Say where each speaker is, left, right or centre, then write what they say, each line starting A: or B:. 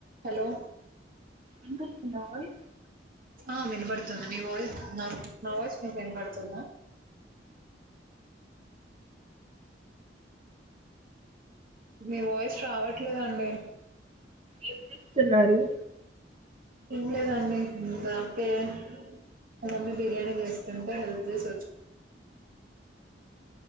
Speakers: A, on the right; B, on the right.
A: Hello
B: వినిపిస్తుందోయ్
A: ఆ వినబడు మీ వాయిస్ నా వాయిస్ మీకు వినపడుతుందా మీ వాయిస్ రావట్లేదండి
B: ఏం చేస్తున్నారు
A: ఏంలేదండి ఇందాకే మా మమ్మీ బిర్యానీ చేస్తుంటే హెల్ప్ చేసి వచ్చ